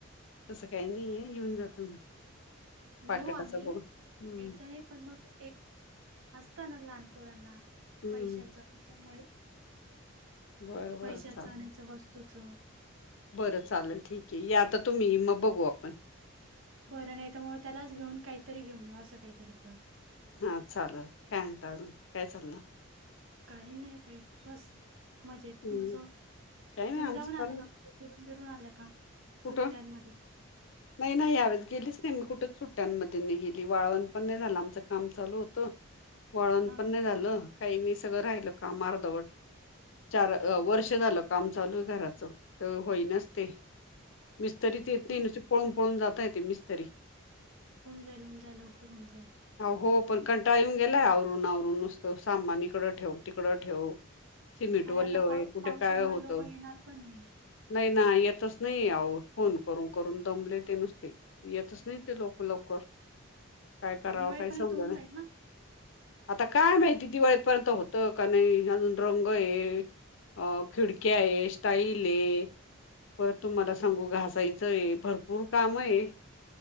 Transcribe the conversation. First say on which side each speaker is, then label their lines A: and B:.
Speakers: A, on the left; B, on the right.
A: तसं काही नाहीये. येऊन जा तुम्ही.
B: येऊ
A: पाकिटाचं
B: आम्ही.
A: बघून हं,
B: यायचं आहे पण एक - असत ना लहानपोरांना,
A: हं.
B: पैशाचं त्याच्यामुळे -
A: बरं, बरं
B: पैशाचं
A: चालेल.
B: आणि ह्याच वस्तूचं-
A: बरं चालेल ठीक आहे. या आता तुम्ही मग बघू आपण.
B: बरं नाही तर, मग त्यालाच घेऊन काहीतरी घेऊन येऊ असं काहीतरी करू.
A: हा चालल. काय म्हणता अजून? काय चाललं?
B: काही नाही बाई बस. मजेत.
A: हं.
B: तुमचं?
A: काही नाही
B: तुम्ही
A: आमचं
B: जाऊन आल्या
A: चाललं.
B: का? कुट फिरून बिरून आल्या का?
A: कुठं?
B: सुट्ट्यांमध्ये.
A: नाही नाही यावेळेस गेलीच नाही मी कुठेच सुट्ट्यांमध्ये नाही गेली वाळवण पण नाही झालं आमचं काम चालू होतं- वाळवण
B: हा
A: पण नाही झालं. काही नाही सगळं राहिल काम अर्धवट. चार- वर्ष झालं काम चालू आहे घराच. तर होईनाच ते. मिस्त्रीच येत
B: होऊन
A: नाही नुसते पळून पळून जाता येत ते मिस्तरी.
B: होऊन जाईल. होऊन जाईल. लवकर होऊन जाईल.
A: हो पण कंटाळा येऊन गेलाय आवरुन आवरून नुसतं. सामान इकडं ठेव तिकडं ठेव. सिमेंट
B: आणि
A: ओलं
B: आता
A: व्हयं
B: पाव
A: कुठे
B: पावसामुळे
A: काय होतं.
B: लोक येणार पण नाही
A: नाही ना येतच- नाही आहो, फोन करून करून दमलेयं ते नुसते येतच नाही ते लोक लवकर. काय करावं
B: दिवाळीपर्यंत
A: काय समजना.
B: होऊन जाईल ना
A: आता काय माहित? दिवाळीपर्यंत होत का नाही? अजून रंग आहे. अ खिडक्या आहे स्टाईल आहे. परत तुमाला सांगू घासायचंय भरपूर काम आहे.